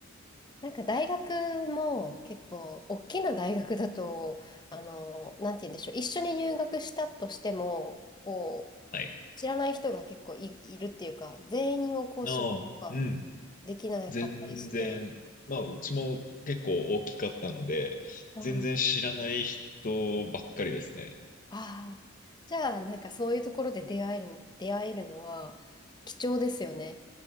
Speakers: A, on the left; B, on the left.
A: なんか大学も結構、大きな大学だと、あの、なんて言うんでしょう、一緒に入学したとしても、こう、
B: はい。
A: 知らない人が結構い、いるっていうか、全員をこう知ることが
B: ああ、うん。
A: できなかったりして、
B: 全然、まあ、うちも結構大きかったので、
A: うん、
B: 全然知らない人ばっかりですね。
A: ああ、じゃあ、なんかそういうところで出会える、出会えるのは貴重ですよね。